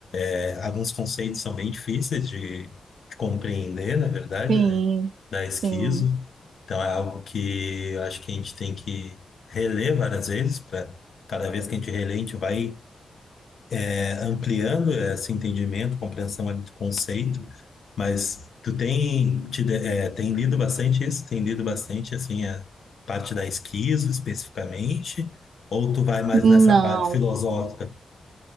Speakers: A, on the left; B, on the right.
A: é, alguns conceitos são bem difíceis de, de compreender, na verdade,
B: sim,
A: né? Da esquizo.
B: sim.
A: Então é algo que eu acho que a gente tem que reler várias vezes, para cada vez que a gente relê, a gente vai é, ampliando esse entendimento, compreensão ali do conceito. Mas tu tem, te, de- é, tem lido bastante isso? Tem lido bastante, assim, a parte da esquizo especificamente? Ou tu vai mais
B: Não.
A: nessa parte filosófica?